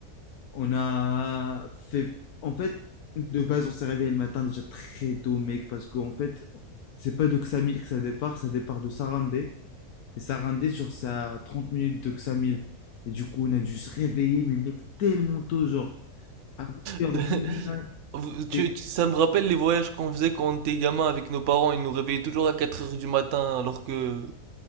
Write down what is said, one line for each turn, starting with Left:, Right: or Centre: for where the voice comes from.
Left: On a fait. En fait, de base, on s'est réveillé le matin déjà très tôt, mec, parce qu'en fait, c'est pas de Xamil que ça départ, ça départ de Sarandé. Et ça rendait sur sa 30 minutes de Xamil. Et du coup, on a dû se réveiller, mais mec, tellement tôt, genre, à 8h
Right: <laughs>
Left: du matin.
Right: Tu-
Left: T'es-
Right: tu- ça me rappelle les voyages qu'on faisait quand on était gamin avec nos parents. Ils nous réveillaient toujours à 4 heures du matin alors que